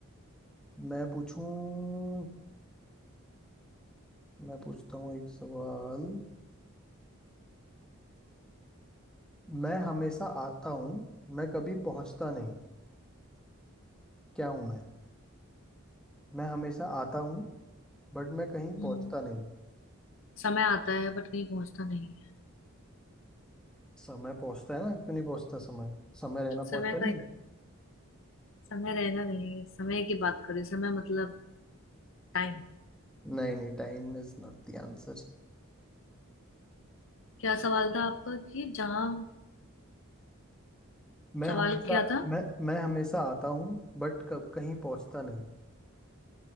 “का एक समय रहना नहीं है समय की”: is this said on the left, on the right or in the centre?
Left